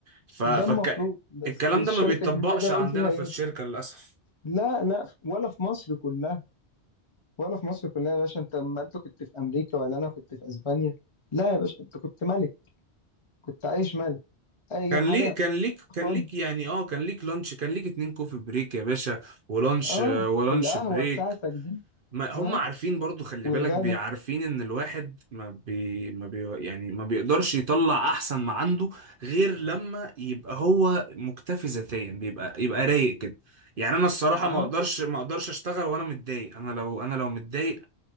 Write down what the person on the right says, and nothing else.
ف... فك...
الكلام
ده ما بيتطبقش
عندنا
في الشركة للأسف
كان
ليك كان ليك
كان ليك يعني اه كان ليك لانش كان ليك اتنين كوفي بريك يا باشا ولانش
ولانش
بريك
ما هم
عارفين برضو خلي
بالك بيعرفين ان الواحد ما بي ما بي يعني ما بيقدرش يطلع احسن ما عنده غير لما يبقى هو مكتفي ذاتيا بيبقى يبقى رايق كده يعني انا الصراحة
ما اقدرش ما اقدرش اشتغل وانا متضايق انا لو انا لو متضايق